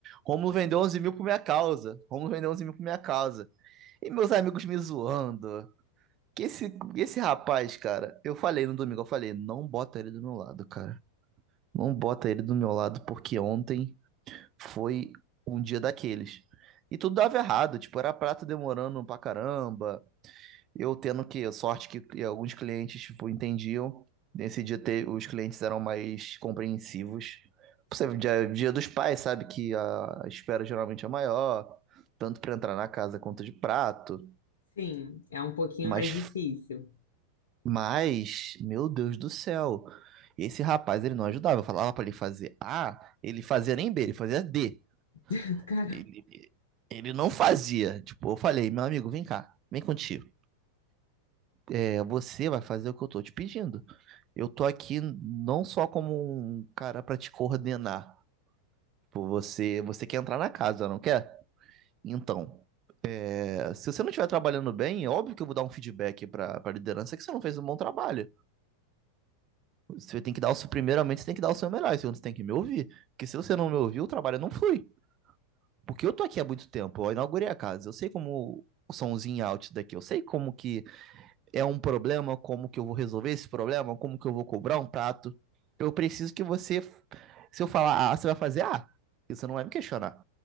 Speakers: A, on the right; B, on the left.
A: Rômulo vendeu 11 mil por minha causa, Rômulo vendeu 11 mil por minha causa. E meus amigos me zoando. Que esse, esse rapaz, cara, eu falei no domingo, eu falei, não bota ele do meu lado, cara. Não bota ele do meu lado, porque ontem foi um dia daqueles. E tudo dava errado, tipo, era prato demorando pra caramba, eu tendo que, sorte que alguns clientes, tipo, entendiam. Nesse dia te- os clientes eram mais compreensivos. Você, dia, dia dos pais, sabe que a a espera geralmente é maior, tanto para entrar na casa quanto de prato.
B: Sim, é um pouquinho
A: Mas,
B: mais difícil.
A: mas, meu Deus do céu, esse rapaz, ele não ajudava. Eu falava para ele fazer A, ele fazia nem B, ele fazia D.
B: <laughs> Cara,
A: Ele, ele não fazia. Tipo, eu falei, meu amigo, vem cá, vem contigo. É você vai fazer o que eu tô te pedindo. Eu tô aqui não só como um cara pra te coordenar. Tipo, você, você quer entrar na casa, não quer? Então, é, se você não estiver trabalhando bem, é óbvio que eu vou dar um feedback pra, pra liderança que você não fez um bom trabalho. Você tem que dar o seu, primeiramente, você tem que dar o seu melhor, e segundo, você tem que me ouvir. Porque se você não me ouviu, o trabalho não flui. Porque eu tô aqui há muito tempo, eu inaugurei a casa, eu sei como o somzinho out daqui, eu sei como que é um problema, como que eu vou resolver esse problema, como que eu vou cobrar um prato. Eu preciso que você, se eu falar A, você vai fazer A, você não vai me questionar.